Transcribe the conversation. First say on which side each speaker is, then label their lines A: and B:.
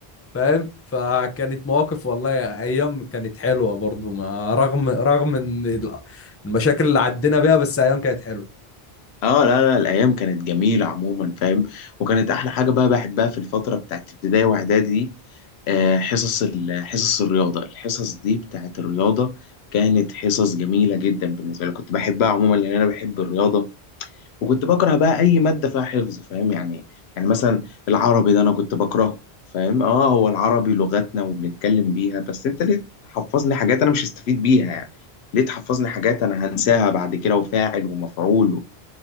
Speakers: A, on the left; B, on the left.
A: فاهم فكانت مواقف والله ايام كانت حلوه برضو ما رغم رغم ان ال- المشاكل اللي عدينا بيها بس ايام كانت حلوه
B: اه لا لا الايام كانت جميله عموما فاهم وكانت احلى حاجه بقى بحبها في الفتره بتاعت ابتدائي واعدادي دي آه، حصص ال- حصص الرياضه الحصص دي بتاعت الرياضه كانت حصص جميله جدا بالنسبه لي كنت بحبها عموما لان انا بحب الرياضه وكنت بكره بقى اي ماده فيها حفظ فاهم يعني يعني مثلا العربي ده انا كنت بكرهه فاهم اه هو العربي لغتنا وبنتكلم بيها بس انت ليه تحفظني حاجات انا مش هستفيد بيها يعني ليه تحفظني حاجات انا هنساها بعد كده وفاعل ومفعول و...